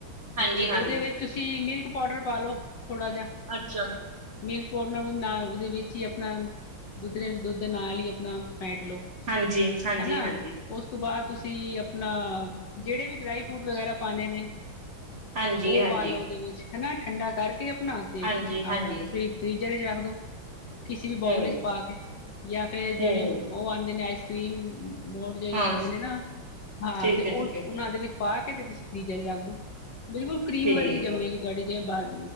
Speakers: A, on the right; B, on the left.
A: ਹਾਂਜੀ,
B: ਅਤੇ ਉਹਦੇ
A: ਹਾਂਜੀ
B: ਵਿੱਚ ਤੁਸੀਂ ਮਿਲਕ ਪਾਊਡਰ ਪਾ ਲਓ ਥੋੜਾ ਜਿਹਾ
A: ਅੱਛਾ
B: ਮਿਲਕ ਪਾਊਡਰ ਨਾ ਵਿੱਚ ਹੀ ਆਪਣਾ, ਦੁੱਧ, ਦੁੱਧ ਨਾਲ ਹੀ ਆਪਣਾ ਫੈਟ ਲਓ,
A: ਹਾਂਜੀ, ਹਾਂਜੀ,
B: ਹਨਾ।
A: ਹਾਂਜੀ,
B: ਉਸ ਤੋਂ ਬਾਅਦ ਤੁਸੀਂ ਆਪਣਾ ਜਿਹੜੇ ਵੀ ਡਰਾਈ ਫਰੂਟ ਵਗੈਰਾ ਪਾਣੇ ਨੇ
A: ਹਾਂਜੀ,
B: ਉਹ
A: ਹਾਂਜੀ,
B: ਪਾ ਲੋ ਉਹਦੇ ਵਿੱਚ ਹਨਾ, ਠੰਡਾ ਕਰਕੇ ਆਪਣਾ ਤੇ
A: ਹਾਂਜੀ, ਹਾਂਜੀ
B: ਆਪਣਾ ਫ ਫ੍ਰੀਜਰ ਵਿੱਚ ਰੱਖ ਦੋ। ਕਿਸੇ ਵੀ ਬਾਊਲ
A: ਹੂੰ,
B: ਚ ਪਾ ਕੇ, ਜਾਂ ਫੇਿਰ ਜਿਹੜੇ
A: ਹੂੰ
B: ਉਹ ਆਂ ਆਈਸ ਕੀਮ ਮੋੜ ਜਿਹੜੇ
A: ਹਾਂ
B: ਆਉਂਦੇ ਨੇ ਨਾ, ਹਾਂ
A: ਠੀਕ
B: ਤੇ ਉਹ
A: ਹੈ, ਠੀਕ ਹੈ,
B: ਉਹਨਾਂ ਦੇ ਵਿੱਚ ਪਾ ਕੇ ਤੇ ਬੀ ਜ਼ਾਰੀ ਰੱਖ ਦੋ। ਬਿਲਕੁਲ ਕਰੀਮ
A: ਠੀਕ
B: ਵਰਗੀ ਜੰਮੇਗੀ
A: ਹੈ,
B: ਤੁਹਾਡੀ ਜਿਵੇ ਬਾਰ